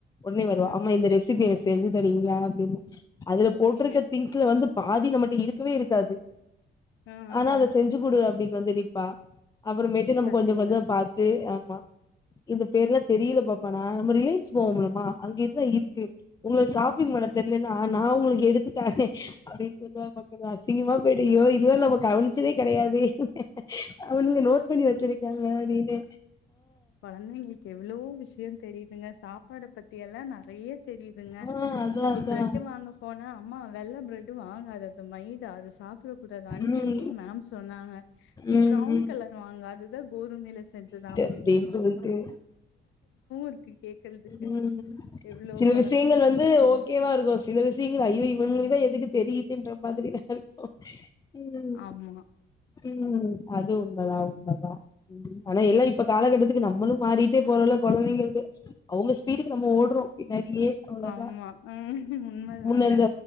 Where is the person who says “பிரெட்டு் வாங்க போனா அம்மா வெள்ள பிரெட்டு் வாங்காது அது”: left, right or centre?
Left